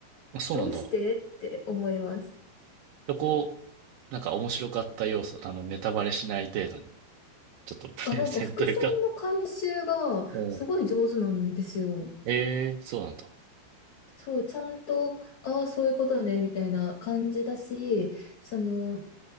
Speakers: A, on the right (about 75°); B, on the left (about 65°).
A: あそうなんだ。
B: どうしてって思います。
A: そこ、なんか面白かった要素、あの、ネタバレしない程度に、ちょっとプレゼンというか。
B: あ、なんか伏線の回収がすごい上手なんですよ。
A: うん。<laughs> ええー、そうなんだ。
B: そう、ちゃんと、ああ、そういうことね、みたいな感じだし、その、